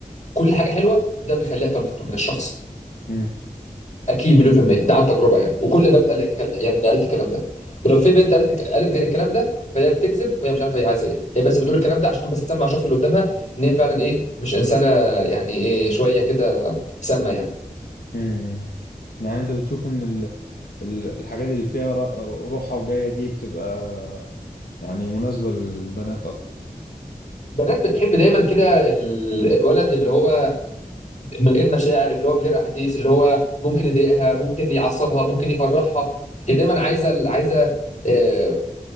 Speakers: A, on the left (about 50°); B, on the left (about 80°).
A: كل حاجه حلوه ده بيخليها تنفر من الشخص
B: مم.
A: اكيد مليون في المية ده عن تجربة يعني وكل البنات قالت الكل- يعني قالت الكلام ده ولو في بنت قالت قالت غير الكلام ده فهي بتكذب وهي مش عارفة هي عايزة ايه هي بس بتقول الكلام ده عشان بس تسمع الشخص اللي قدامها ان هي فعلا ايه مش انسانة يعني ايه شوية كده سامة يعني
B: مم. يعني انت بتشوف ان ال- ال- الحاجات اللي فيها ر- روحة وجاية دي بتبقى يعني مناسبة للبنات اكتر
A: البنات بتحب دايما كده ال- الولد اللي هو من غير مشاعر اللي هو من غير احاسيس اللي هو ممكن يضايقها ممكن يعصبها ممكن يفرحها هي دايما عايزة عايزة آه،